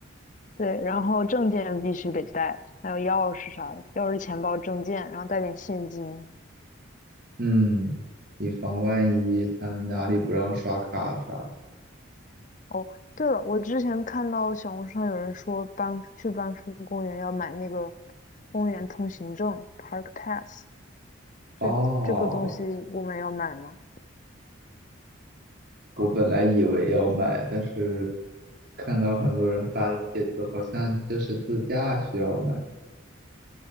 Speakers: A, on the left; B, on the right.
A: 对，然后证件必须得带，还有钥匙啥的，钥匙、钱包、证件，然后带点现金。
B: 嗯，以防万一他哪里不让刷卡啥的。
A: 哦，对了，我之前看到小红书上有人说班去班夫公园要买那个公园通行证 （Park Pass）。
B: 哦，
A: 这这个东西我们要买吗？
B: 我本来以为要买，但是看到很多人发的帖子，好像就是自驾需要买，